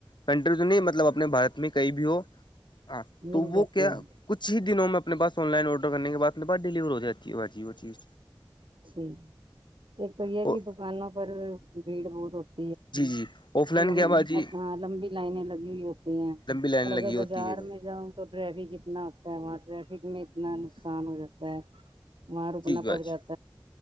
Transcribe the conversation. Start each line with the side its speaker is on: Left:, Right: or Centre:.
Left: کنٹری تو نہیں مطلب اپنے بارت میں کہئی بھی ہو ہاں تو
Right: مل
Left: وہ
Right: جاتی
Left: کیا
Right: ہے
Left: کچھ ہی دنوں میں اپنے پاس آن لائن آرڈر کرنے کے بعد بعد ڈیلیور ہو دیتی ہے با جی وہ چیز
Right: ٹھیک ہے ایک تو یہ
Left: اور
Right: بھی دکانوں پر بھیڑ بھڑ ہوتی
Left: جی جی آف لائن
Right: ل
Left: کیا باجی
Right: اپنا لمبی لائنیں لگی ہوئی ہوتی ہیں
Left: لمبی لائن
Right: اور اگر
Left: لگی
Right: بازار
Left: ہوتی ہے
Right: میں جاؤ تو ٹریفک اتنا ہوتا ہے وہاں ٹریفک میں اتنا نقصان ہو جاتا ہے وہاں رکنا
Left: جی باجی
Right: پڑ جات